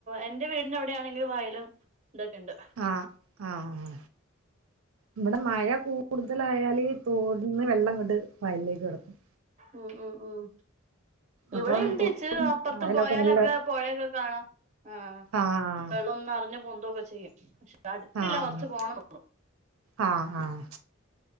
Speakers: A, on the right; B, on the right.
A: എന്റെ വീടിനവിടെയാണെങ്കില് വയലും ഇതൊക്കെണ്ട്
B: ആഹ് ആഹ് ഇവിടെ മഴ കൂടുതലായല് തോട് ഇന്ന് വെള്ളങ്ങട്ട് വയലിലേക്ക് കെടക്കും
A: ഉം ഉം ഉം ഇവിടെ
B: അപ്പം
A: ഇണ്ട് ഇച്ചിരി അപ്പർത്ത്
B: അയലൊക്കെ
A: പൊയോലൊക്കെ
B: നല്ല
A: പൊയൊക്കെ കാണാം ആഹ്
B: ആഹ്
A: വെള്ളം നറഞ്ഞ് പൊന്തൊക്കെ ചെയ്യും അടുത്തില്ല
B: ആഹ്
A: കൊറച്ച് പോണം
B: ആഹ് ആഹ്